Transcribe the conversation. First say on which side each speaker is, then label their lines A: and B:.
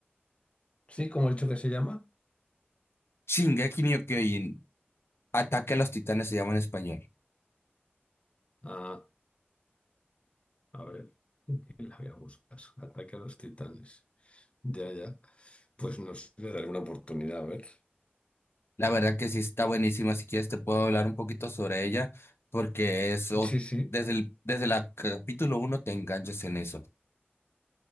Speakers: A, on the left; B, on the left.
A: Sí, ¿cómo he dicho que se llama?
B: Shingeki no Kyojin, Ataque a los Titanes se llama en español.
A: Ah, a ver. <laughs> La voy a buscar. Ataque a los titanes. Ya, ya. Pues no sé, le daré una oportunidad, a ver.
B: La verdad que sí está buenísima. Si quieres te puedo hablar un poquito sobre ella, porque eso,
A: Sí, sí,
B: desde el, desde la capítulo uno te enganchas en eso.